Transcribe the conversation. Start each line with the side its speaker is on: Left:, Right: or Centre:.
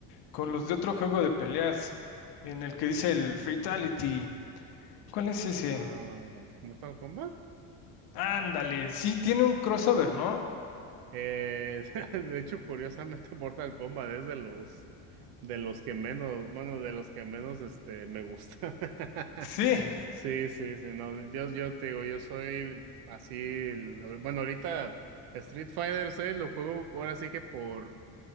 Left: con
Right: ¿Mm?
Left: los de otro juego de peleas, en el que dice
Right: Mm,
Left: el Fatality. ¿Cuál es ese?
Right: Ah, Mortal Kombat.
Left: Ándale, sí, tiene un crossover, ¿no?
Right: Eh, <laughs> de hecho, curiosamente, Mortal Kombat es de los de los que menos, bueno, de los que menos este me gusta. <laughs>
Left: Sí,
Right: Sí, sí, sí, no, yo, yo te digo, yo soy así, el- bueno, ahorita Street Fighter 6 lo juego ahora sí que por